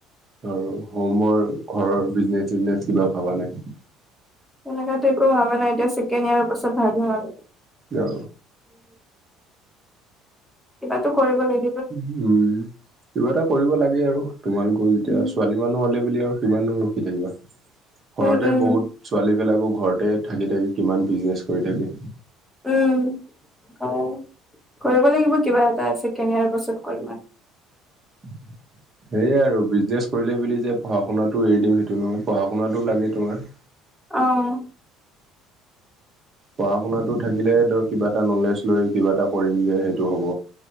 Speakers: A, on the right (about 30°); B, in the centre.
A: ধৰ হোমৰ ঘৰৰ বিজনেচ চিজনেচ কিবা ভবা নাই।
B: সনেককাতো একো ভাবা নাই এতিয়া চেকেন ইয়াৰ পাছত ভাবিম আৰু।
A: অ
B: কিবাতো কৰিব লাগিব।
A: উম কিবা এটা কৰিব লাগে আৰু তোমালোকৰও যেতিয়া
B: উম
A: ছোৱালী মানুহ হ'লে। আৰু সমান দ ৰখি থাকিবা ঘৰতে
B: উম উম
A: বহুত ছোৱালী বিলাকক। ঘৰতে থাকি থাকি কিমান বিজনেচ কৰি থাকো।
B: উম অ কৰিব লাগিব কিবা এটা আছে। কেনিয়াৰ পাছত কৰিম আৰু।
A: উ <unintelligible> সেয়া আৰু বিজনেছ কৰিলেই বুলি যে পঢ়া শুনাতটো এৰি দিম সেইটো নহয় পঢ়া শুনাতটো লাগে তোমাৰ।
B: অহ।
A: পঢ়া শুনাতটো থাকিলেৰ কিবা এটা নলেজ লৈ কিবা এটা কৰিম যে সেইটো হ'ব।